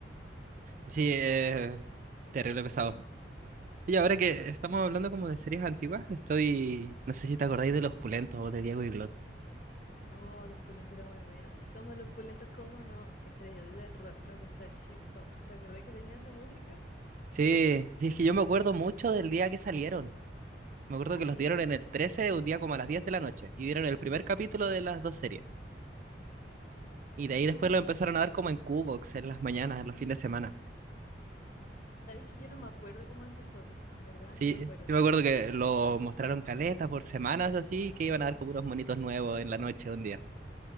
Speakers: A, on the right (about 45°); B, on the left (about 50°).
A: Sí, eh, terrible pesado. Y ahora que estamos hablando como de series antiguas, estoy... No sé si te acordáis de Los Pulentos o de Diego y Glot.
B: Oh, los pulentos eran muy buenos. Somos los pulentos, como no? Estrellas del rock, nos gusta el hip hop. ¿Te acordás que tenía esa música?
A: Sí, sí, es que yo me acuerdo mucho del día que salieron. Me acuerdo
B: Ah,
A: que
B: sí.
A: los dieron en el 13 un día como a las 10 de la noche, y dieron el primer capítulo de las dos series. Y de
B: Ah,
A: ahí después lo empezaron a dar como en Qbox, en las mañanas, en los fines de semana.
B: sabéis que yo no me acuerdo cómo empezó, en verdad
A: Sí,
B: no me acuerdo.
A: sí me acuerdo que lo mostraron caleta por semanas así, que iban a dar como unos monitos nuevos en la noche un día.